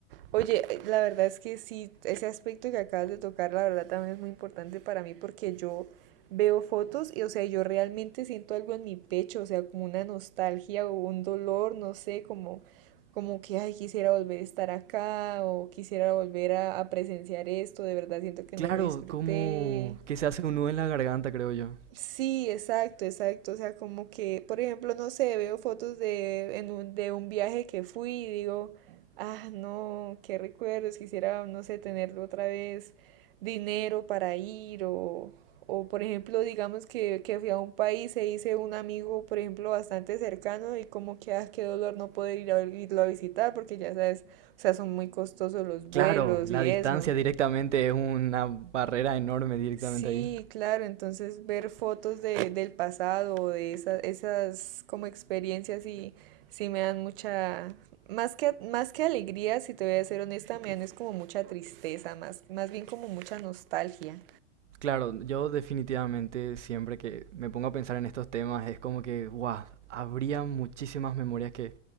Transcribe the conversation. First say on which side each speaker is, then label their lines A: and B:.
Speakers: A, on the right; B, on the right.
A: Oye, eh, la verdad es que sí, ese aspecto que acabas de tocar, la verdad también es muy importante para mí porque yo veo fotos y, o sea, yo realmente siento algo en mi pecho, o sea, como una nostalgia o un dolor, no sé, como, como que, ay, quisiera volver a estar acá o quisiera volver a, a presenciar esto, de verdad siento que
B: Claro,
A: no lo disfruté.
B: como que se hace un nudo en la garganta, creo yo.
A: Sí, exacto, exacto. O sea, como que, por ejemplo, no sé, veo fotos de, en un, de un viaje que fui y digo, ah, no, qué recuerdos, quisiera, no sé, tener otra vez dinero para ir o, o por ejemplo, digamos que, que fui a un país e hice un amigo, por ejemplo, bastante cercano y como que, ah, qué dolor no poder ir a, irlo a visitar porque ya sabes, o sea, son muy costosos los
B: Claro,
A: vuelos
B: la
A: y
B: distancia
A: eso.
B: directamente es una barrera enorme directamente
A: Sí,
B: ahí.
A: claro, entonces ver fotos de, del pasado o de esas, esas como experiencias y sí me dan mucha, más que, más que alegría, si te voy a ser honesta, me dan es como mucha tristeza, más, más bien como mucha nostalgia.
B: Claro, yo definitivamente siempre que me pongo a pensar en estos temas es como que, wow, habría muchísimas memorias que